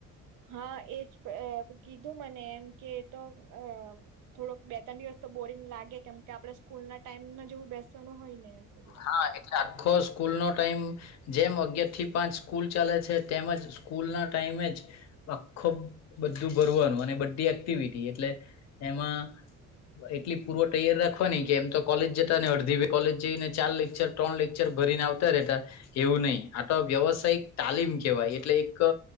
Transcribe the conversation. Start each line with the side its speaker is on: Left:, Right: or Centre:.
Right: હા એજ કીધું મને એમ કે તો અ થોડોક બે ત્રણ દિવસ તો બોરિંગ લાગે કેમ કે આપણે સ્કૂલ ના ટાઈમમાં જેવું બેસવાનું હોય ને એટલે
Left: હા એટલે આખો સ્કૂલ નો ટાઈમ જેમ અગયાર થી પાંચ સ્કૂલ ચાલે છે તેમજ સ્કૂલ ના ટાઈમે જ આખું બધું ભરવાનું અને બધી એક્ટિવિટી એટલે એમાં એટલી પૂર્વ તૈયાર રાખવાની કે એમ તો કોલેજ જતા અડધી કોલેજ જઈને ચાર લેક્ચર ત્રણ લેક્ચર ભરીને આવતા રહેતા એવું નહીિ આ તો વ્યવસાયિક તાલીમ કેહેવાય એટલે એક